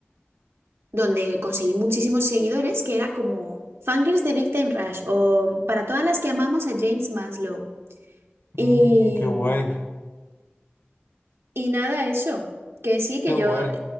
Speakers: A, on the right (about 75°); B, on the left (about 55°).
A: donde conseguí muchísimos seguidores, que era como Fangirls de Big Time Rush o para todas las que amamos a James Maslow. Y,
B: Mm, qué guay,
A: y nada, eso, que sí, que
B: qué guay,
A: yo